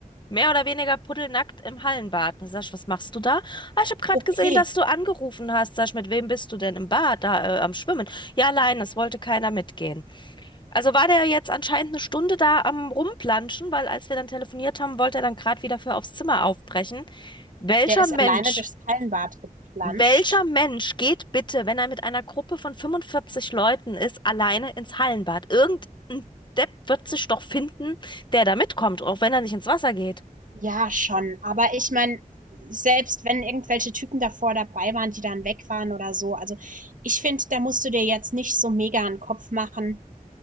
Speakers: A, on the left; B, on the right.
A: mehr oder weniger pudelnackt im Hallenbad. Da sag ich, was machst du da? Ah, ich habe gerade
B: okay.
A: gesehen, dass du angerufen hast. Sag ich, mit wem bist du denn im Bad, da äh, am Schwimmen? Ja, allein, das wollte keiner mitgehen. Also war der jetzt anscheinend eine Stunde da am Rumplanschen, weil als wir dann telefoniert haben, wollte er dann gerade wieder für aufs Zimmer aufbrechen. Welcher
B: Der ist
A: Mensch,
B: alleine durchs Hallenbad geplanscht.
A: welcher Mensch geht bitte, wenn er mit einer Gruppe von 45 Leuten ist, alleine ins Hallenbad? Irgendein Depp wird sich doch finden, der da mitkommt, auch wenn er nicht ins Wasser geht.
B: Ja, schon. Aber ich meine, selbst wenn irgendwelche Typen davor dabei waren, die dann weg waren oder so, also ich finde, da musst du dir jetzt nicht so mega einen Kopf machen.